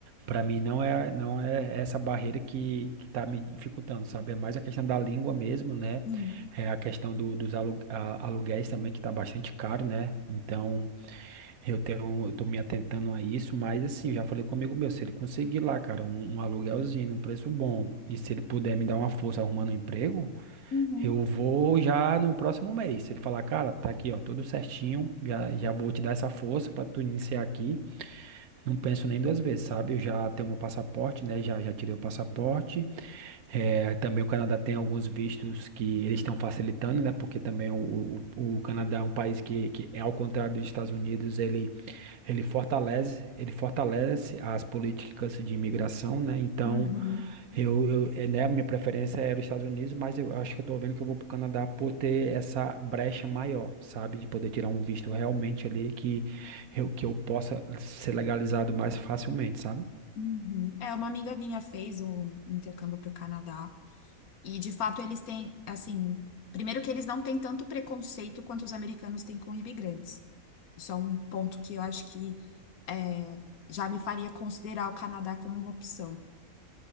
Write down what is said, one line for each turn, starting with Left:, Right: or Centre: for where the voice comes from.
Right: para mim não é, não é essa barreira que, que tá me dificultando, sabe? É mais a questão da língua mesmo, né?
Left: Sim.
Right: É a questão do- dos alu- a- aluguéis também, que tá bastante caro, né? Então, eu tenho, eu tô me atentando a isso, mas assim, já falei com um amigo meu, se ele conseguir lá, cara, um, um aluguelzinho, um preço bom, e se ele puder me dar uma força arrumando um emprego,
Left: Uhum,
Right: eu vou já no próximo mês. Se ele falar, cara, tá aqui, ó, tudo certinho, já, já vou te dar essa força pra tu iniciar aqui. Não penso nem duas vezes, sabe? Eu já tenho meu passaporte, né? Já, já tirei o passaporte. É, também o Canadá tem alguns vistos que eles estão facilitando, né? Porque também o, o, o Canadá é um país que, que é ao contrário dos Estados Unidos, ele, ele fortalece, ele fortalece as políticas de imigração, né? Então,
Left: uhum,
Right: eu, eu, é, né, a minha preferência era os Estados Unidos, mas eu acho que eu tô vendo que eu vou para o Canadá por ter essa brecha maior, sabe? De poder tirar um visto realmente ali que eu, que eu possa ser legalizado mais facilmente, sabe?
Left: uhum. É, uma amiga minha fez um intercâmbio para o Canadá. E de fato eles têm, assim, primeiro que eles não têm tanto preconceito quanto os americanos têm com imigrantes. Isso é um ponto que eu acho que é, já me faria considerar o Canadá como uma opção.